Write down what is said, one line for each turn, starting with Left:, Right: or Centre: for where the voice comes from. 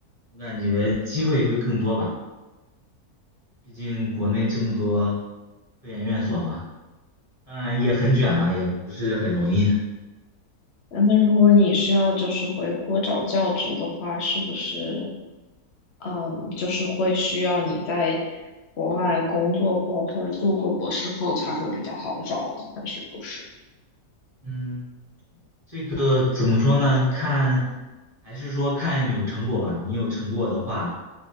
Right: 我感觉机会会更多吧，毕竟国内这么多科研院所嘛，当然也很卷啊，也不是很容易。
Left: 嗯那如果你是要就是回国找教职的话，是不是嗯就是会需要你在国外工作过或者做过博士后才会比较好找呢？还是不是？
Right: 嗯，这个怎么说呢？看，还是说看有成果吧。你有成果的话，